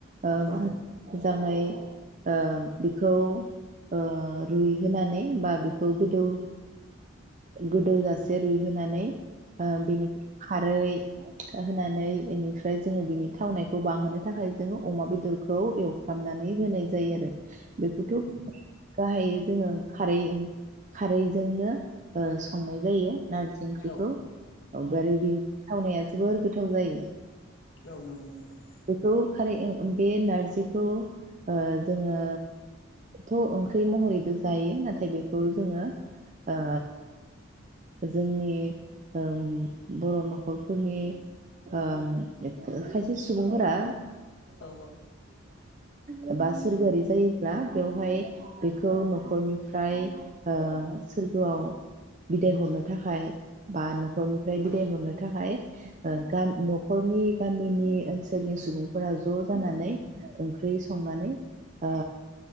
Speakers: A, on the right; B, on the left.
A: ओम मा
B: औ
A: होन <unintelligible> जाङै ओ बेखौ ओ रुइहोनानै बा बेखौ गोदौ गोदौजासे रुइहोनानै ओ बेनिफ्राय खारै होनानै इनिफ्राय जोङो बिनि थावनायखौ बांहोनो थाखाय जोङो अमा बेदरखौ एवफ्रामनानै होनाय जायो आरो बेखौथ' गाहाय जोङो खारै ओं खारैजोंनो ओ संनाय जायो। नारजि ओंख्रिखौ।
B: औ
A: औ बोरै बि थावनाया जोबोर गोथाव जायो।
B: औ नंगौ नोंथां।
A: बेखौ खारै ओं बे नारजिखौ ओ जोङो थ'ओंख्रि महरैबो जायो नाथाय बेखौ जोङो ओ जोंनि ओम बर' न'खरफोरनि ओम। <inaudible> खायसे सुबुंफोरा
B: औ
A: <unintelligible> सोरगोआरि जायोब्ला बेवहाय बेखौ न'खरनि। फ्राय ओ सोरगोआव बिदाय हरनो थाखाय। बा न'खरनिफ्राय बिदाय हरनो थाखाय ओ गाम न'खरनि गामिनि ओनसोलनि सुबुं। फोरा ज' जानानै। ओंख्रि संनानै ओ